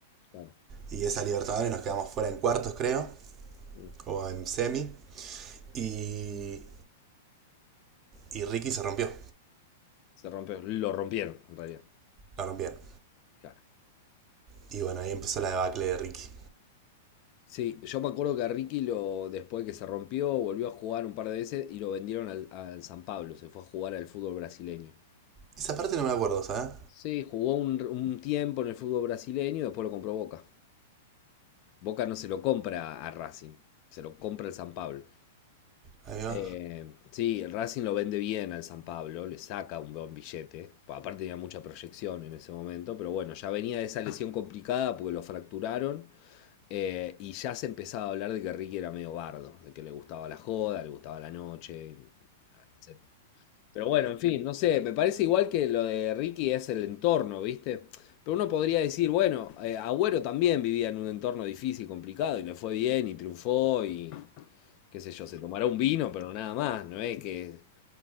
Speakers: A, on the left; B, on the right.
A: Claro.
B: y esa Libertadores nos quedamos fuera en cuartos, creo,
A: Mm.
B: o en semi. Y, y Ricky se rompió,
A: Se rompió, lo rompieron en realidad.
B: la rompieron.
A: Claro.
B: Y bueno, ahí empezó la debacle de Ricky.
A: Sí, yo me acuerdo que a Ricky lo, después que se rompió, volvió a jugar un par de veces y lo vendieron al, al San Pablo. Se fue a jugar al fútbol brasileño.
B: Esa parte no me acuerdo, ¿sabes?
A: Sí, jugó un, un tiempo en el fútbol brasileño y después lo compró Boca. Boca no se lo compra a Racing, se lo compra el San Pablo.
B: Ahí va.
A: Eh, sí, el Racing lo vende bien al San Pablo, le saca un buen billete. Pa- Aparte tenía mucha proyección en ese momento, pero bueno, ya venía de esa lesión complicada porque lo fracturaron eh, y ya se empezaba a hablar de que Ricky era medio bardo, de que le gustaba la joda, le gustaba la noche, etc. Pero bueno, en fin, no sé, me parece igual que lo de Ricky es el entorno, ¿viste? Pero uno podría decir, bueno, eh, Agüero también vivía en un entorno difícil, complicado, y le fue bien y triunfó y qué sé yo, se tomará un vino, pero nada más, ¿no es que...